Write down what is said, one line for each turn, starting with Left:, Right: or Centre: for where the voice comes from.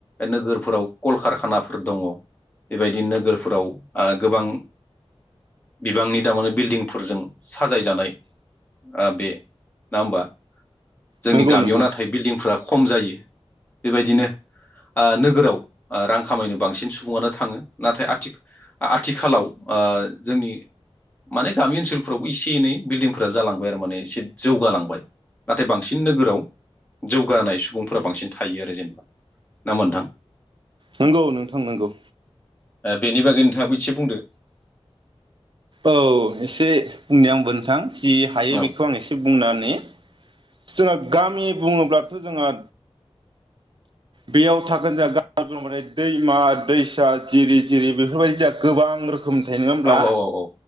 Left: नोगोरफोराव कलकारखानाफोर दङ। बेबायदि नोगोरफोराव गोबां बिबांनि तारमाने बिल्डिंफोरजों साजायजानाय अ बे नङा होमबा जोंनि
Right: नंगौ
Left: गामियाव
Right: नंगौ
Left: नाथाय बिल्डिंफ्रा खम जायो बेबायदिनो ओ नोगोराव रां खामायनो बांसिन सुबुङानो थाङो नाथाय आथि आथिखालाव जोंनि माने गामि ओनसोलफोरावबो एसे एनै बिल्डिंफोरा जालांबाय। थारमाने इसे जौगालांबाय नाथाय बांसिन नोगोराव जौगानाय सुबुंफोरा बांसिन थायो आरो जेनेबा नङाहोनबा नोंथां?
Right: नंगौ नोंथां नांगौ।
Left: बेनि बागै नोंथाङाबो एसे बुंदो।
Right: औ एसे बुंनि आंबो नोंथां। जि हायो
Left: औ
Right: बेखौ आं एसे बुंनि जोंहा गामि बुङोब्लाथ' जोंहा बेयाव थागोन जोंहा गामिहोनबाथाय दैमा दैसा जिरि जिरि बेफोरबायदि जोङा गोबां रोखोमनि थायो नङा होमब्ला
Left: औ औ